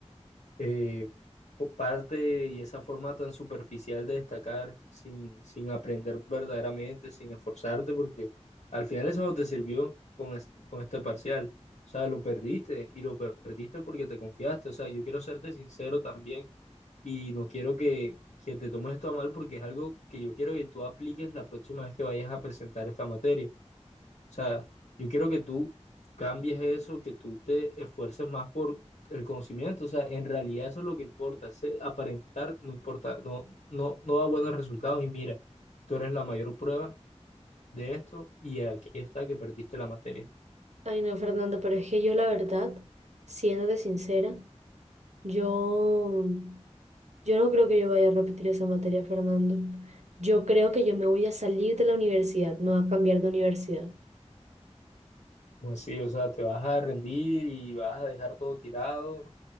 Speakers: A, on the left; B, on the right.
A: eh, po- parte y esa forma tan superficial de destacar sin, sin aprender verdaderamente, sin esforzarte? Porque al final eso no te sirvió con, es- con este parcial. O sea, lo perdiste y lo per- perdiste porque te confiaste. O sea, yo quiero serte sincero también y no quiero que, que te tomes esto a mal porque es algo que yo quiero que tú apliques la próxima vez que vayas a presentar esta materia. O sea, yo quiero que tú cambies eso, que tú te esfuerces más por el conocimiento. O sea, en realidad eso es lo que importa. Ese aparentar no importa, no, no, no da buenos resultados. Y mira, tú eres la mayor prueba de esto y aquí está que perdiste la materia.
B: Ay, no, Fernanda, pero es que yo la verdad, siéndote sincera. Yo, yo no creo que yo vaya a repetir esa materia, Fernando. Yo creo que yo me voy a salir de la universidad, me voy a cambiar de universidad.
A: Pues sí, o sea, te vas a rendir y vas a dejar todo tirado